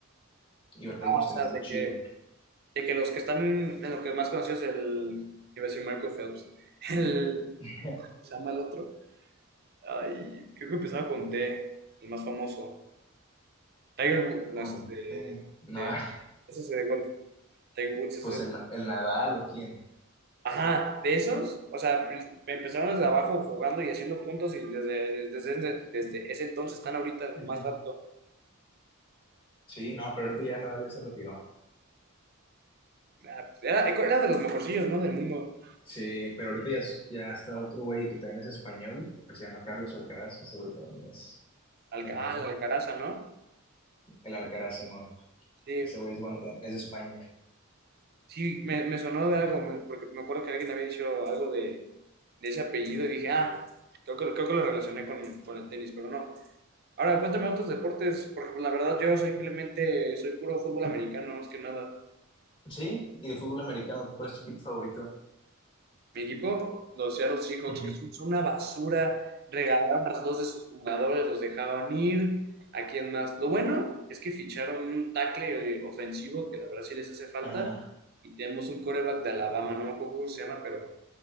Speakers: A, on the left (about 25°); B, on the right (about 50°).
A: Y ahorita
B: Ah,
A: hay unos
B: o
A: tenistas
B: sea, de
A: chidos.
B: que, de que los que están en lo que más conocido es el, iba a decir Marco Phelps, <laughs> el,
A: <laughs>
B: ¿se llama el otro? Ay, creo que empezaba con T, el más famoso. Tiger Woods, no,
A: Conté.
B: ese es de,
A: No,
B: de-
A: <laughs>
B: ese es de golf. Tiger Woods es
A: pues
B: el
A: el, el Nadal o quién.
B: Ajá, de esos, o sea, pr- empezaron desde abajo jugando y haciendo puntos y desde, desde, desde- desde ese entonces están ahorita lo
A: Ujú.
B: más alto.
A: Sí, no, pero ahorita ya Nadal ya se retiró.
B: Ah, Era, era de los mejorcillos, ¿no? Del mundo.
A: Sí, pero ahorita ya, es- ya está otro güey que también es español, que se llama Carlos Alcaraz, que ese güey también es,
B: Alca-
A: es bueno.
B: ah, la Alcaraza, ¿no?
A: El Alcaraz, Simón.
B: Sí,
A: Ese güey es bueno también, es de España.
B: sí, me, me sonó de algo, me- porque me acuerdo que alguien había dicho algo de, de ese apellido y dije, ah, creo que, creo que lo relacioné con, con el tenis, pero no. Ahora, cuéntame otros deportes, porque pues, la verdad yo simplemente soy puro fútbol americano, más que nada.
A: Sí, y de fútbol americano, ¿cuál es tu equipo favorito?
B: Mi equipo, los Seattle Seahawks,
A: Ujú.
B: que son una basura, regalaron a dos de sus jugadores, los dejaban ir. ¿A quién más? Lo bueno es que ficharon un tackle eh, ofensivo, que la verdad sí les hace falta,
A: Ajá.
B: y tenemos un coreback de Alabama, no me acuerdo cómo se llama, pero